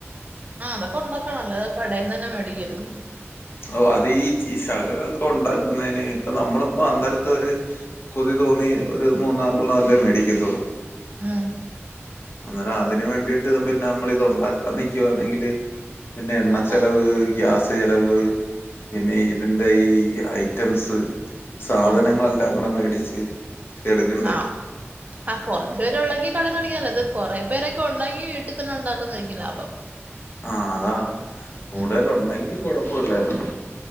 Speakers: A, on the right; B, on the left.
A: ആഹ് അതക്കെ ഉണ്ടാക്കണല്ല കടയിന്നന്നെ മേടിക്കരുത്.
B: ഓ അത് ഈ ശകലമൊക്കെ ഉണ്ടാക്കുന്നതിന് ഇപ്പൊ നമ്മളിപ്പോ അന്നരത്തെരു കൊതി തോന്നി ഒരു മൂന്നാറെണ്ണം അല്ലേ മേടിക്കത്തുള്ളൂ?
A: ആഹ്
B: അന്നേര അതിന് വേണ്ടിട്ട് പിന്നെ നമ്മള ഇത് ഉണ്ടാക്കാൻ നക്കുവന്നെങ്കില് പിന്നെ എണ്ണ ചെലവ്
A: ആഹ്
B: ഗ്യാസ് ചെലവ് പിന്നെ ഇതിന്റെ ഈ ഐറ്റംസ് സാധനങ്ങളെല്ലാം
A: ഉം ഉം
B: കൂടെ മേടിച്ച് എടുക്കണ്ടേ
A: ആഹ് ആഹ് കുറച്ചുപേര്
B: ഉം
A: ഉ ള്ളെങ്കി കടെന്ന് മേടിക്കാലോ അത് കുറേ പേരൊക്കെ ഉണ്ടെങ്കി വീട്ടി തന്നെ ഉണ്ടാക്കുന്നതായക്കും ലാഭം.
B: ആഹ് അതാ കൂടുതലുണ്ടെങ്കിൽ
A: ഉം
B: കുഴപ്പല്ലായിരുന്നു.